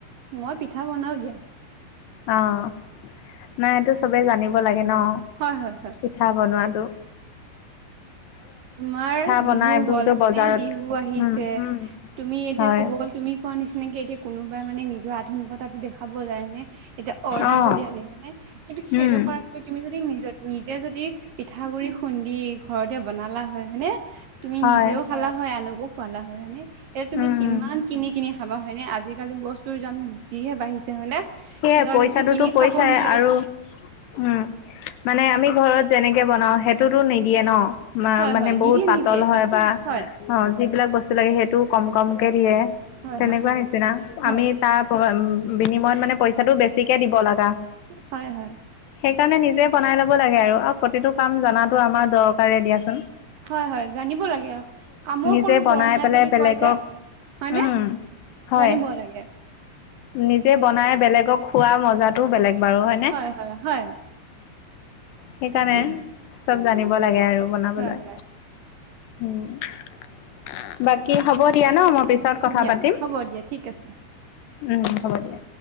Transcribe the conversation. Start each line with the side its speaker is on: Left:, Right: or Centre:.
Right: মই পিঠা বনাও দিয়া।
Left: অ', নাই এইটো চবে জানিব লাগে। ন
Right: হয় হয় হয়
Left: পিঠা বনোৱাতটো।
Right: তোমাৰ বিহু
Left: বনাই এইবোৰতো
Right: হ'ল হয়নে
Left: বজাৰত
Right: বিহু আহিছে
Left: উম, উম।
Right: তুমি এতিয়া
Left: হয়
Right: ক'ব গ'লে। তুমি কোৱা নিচিনাকে এতিয়া কোনোবাই মানে নিজৰ আধুনিকতা দেখুৱাব যায়নে। অৰ্ডাৰ
Left: অ',
Right: কৰি আনি পেলাই, কিন্তু সেইটো
Left: উম,
Right: কৰাতকৈ তুমি যে নিজে যদি পিঠা। পূখুৰী খুন্দি। ঘৰতে বনালা হয় হয়নে। তুমি
Left: হয়।
Right: নিজেও খালা হয় আনকো খুৱালা হয়নে। এতিয়া তুমি
Left: উম,
Right: কিমান কিনি কিনি খাবা। হয়নে আজিকালি বস্তুৰ দাম যিহে বাঢ়িছে হয়নে।
Left: সেয়াই
Right: সেইকাৰণে
Left: পইচাটোতো
Right: তুমি কিনি
Left: পইচাই
Right: খাব নোৱাৰি
Left: আৰু উম। মানে আমি ঘৰত যেনেকে বনাও সেইটোতো নিদিয়ে ন। মা
Right: হয়
Left: মানে
Right: হয় নিদিয়ে
Left: বহুত পাতল
Right: নিদিয়ে
Left: হয়, বা
Right: হয়
Left: অ যিবিলাক বস্তু লাগে সেইটোও কম কমকে দিয়ে।
Right: হয়
Left: তেনেকুৱা
Right: হয়
Left: নিচিনা,
Right: হয়
Left: আমি তাৰ প বিনিময়ত মানে পইচাটো বেছিকে দিব লা
Right: হয়, হয়।
Left: সেইকাৰণে নিজে বনাই ল'ব লাগে। আৰু প্ৰতিটো কাম জনটো আমাৰ দৰকাৰে দিয়াচোন।
Right: হয়, হয়, জানিব লাগে। কামৰ
Left: নিজে
Right: সৰু
Left: বনাই
Right: বৰ নাই
Left: পেলাই
Right: বুলি
Left: বেলেগক
Right: কয় যে। হয়নে?
Left: উম, হয়
Right: জানিব লাগে।
Left: নিজে বনাই বেলেগক খোৱা মজাটোও বেলেগ বাৰু হয়নে?
Right: হয় হয় হয়
Left: সেইকাৰণে
Right: তাকেই
Left: চব জানিব লাগে আৰু বনাবলৈ।
Right: হয় হয়
Left: উম বাকী হ'ব দিয়া ন মই। পিছত কথা
Right: দিয়া
Left: পাতিম
Right: হ'ব দিয়া ঠিক আছে
Left: উম হ'ব দিয়া।